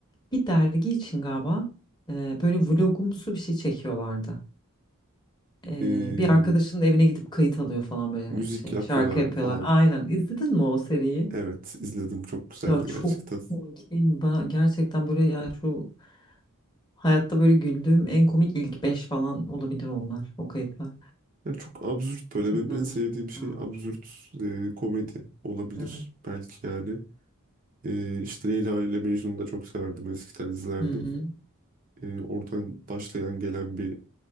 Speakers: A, on the left (about 20°); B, on the right (about 40°).
A: Bir dergi için galiba e, böyle vlogumsu bir şey çekiyorlardı. E,
B: E,
A: bir arkadaşının evine gidip kayıt alıyor falan böyle
B: müzik
A: şey
B: yapıyorlardı
A: şarkı yapıyorlar.
B: falan
A: Aynen izledin mi o seriyi?
B: Evet izledim çok güzeldi
A: Ya çok
B: gerçekten.
A: komik değil mi? Ben gerçekten böyle yani şu hayatta böyle güldüğüm en komik ilk 5 falan olabilir onlar o kayıtlar.
B: Ya çok absürt böyle
A: Eğlenmiş
B: benim en sevdiğim şey
A: ya.
B: absürt e, komedi olabilir
A: Evet.
B: belki yani. E, işte Leyla ile Mecnun'u da çok severdim eskiden izlerdim.
A: Hı hı.
B: E, oradan başlayan gelen bir